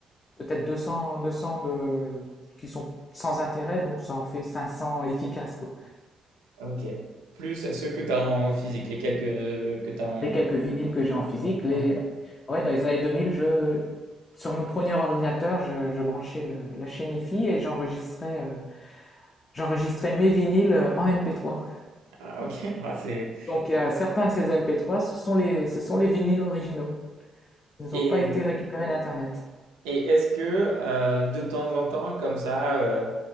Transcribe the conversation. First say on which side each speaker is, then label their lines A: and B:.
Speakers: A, on the left; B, on the right.
A: Peut-être 200, 200 de, qui sont sans intérêt, donc ça en fait 500 efficaces, quoi.
B: OK. Plus ceux que t'as en physique, les quelques que t'as en
A: Les quelques vinyles que j'ai
B: en
A: en physique,
B: en
A: les...
B: en
A: Ouais, dans les années 2000, je... Sur mon premier ordinateur, je, je branchais le- la chaîne hi et j'enregistrais euh, j'enregistrais mes vinyles euh, en MP3.
B: Ah, ok, <laughs> Ah, c'est...
A: Donc, euh, certains de ces MP3, ce sont les, ce sont les vinyles originaux. Ils n'ont
B: Et,
A: pas été récupérés d'Internet.
B: et est-ce que euh, de temps en temps, comme ça, euh,